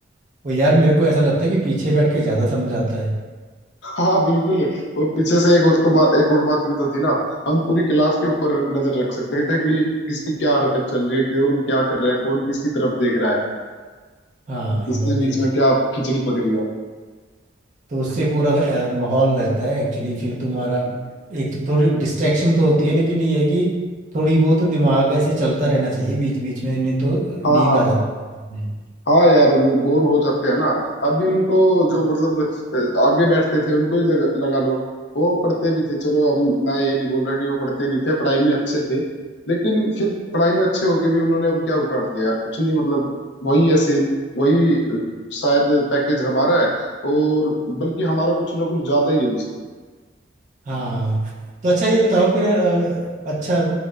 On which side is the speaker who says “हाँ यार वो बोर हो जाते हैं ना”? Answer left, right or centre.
Left